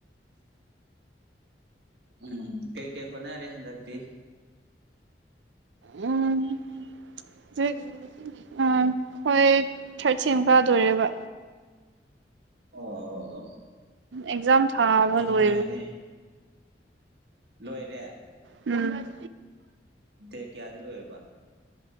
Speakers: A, on the right (about 65°); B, on the right (about 80°).
A: ꯎꯝ ꯀꯩꯀꯩ ꯍꯣꯠꯅꯔꯦ ꯍꯟꯗꯛꯇꯤ
B: ꯎꯝ ꯖꯤꯛ ꯎꯝ ꯍꯣꯏ ꯊ꯭ꯔꯠ ꯁꯦꯝ ꯀꯥꯗꯣꯔꯦꯕ
A: ꯑꯣ ꯑꯣ ꯑꯣ
B: ꯑꯦꯛꯖꯥꯝ ꯊꯥꯕ
A: ꯌꯥꯝ
B: ꯂꯣꯏꯔ
A: ꯅꯨꯡꯉꯥꯏꯔꯦ ꯂꯣꯏꯔꯦ
B: ꯎꯝ
A: ꯗꯦ ꯀꯌꯥꯗ ꯂꯣꯏꯌꯦꯕ